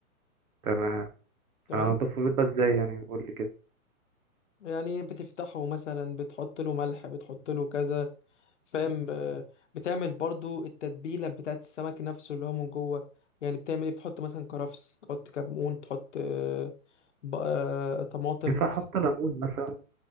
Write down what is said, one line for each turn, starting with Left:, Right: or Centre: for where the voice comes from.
Right: تمام
Left: تمام
Right: انا هنضفه في البيت بقى ازاي يعني قول لي كده
Left: يعني بتفتحه مثلا بتحط له ملح بتحط له كذا فاهم ب- بتعمل برضه التتبيله بتاعت السمك نفسه اللي هو من جوه يعني بتعمل ايه بتحط مثلا كرفس تحط كمون تحط آه ب- آه طماطم
Right: ينفع احط ليمون مثلا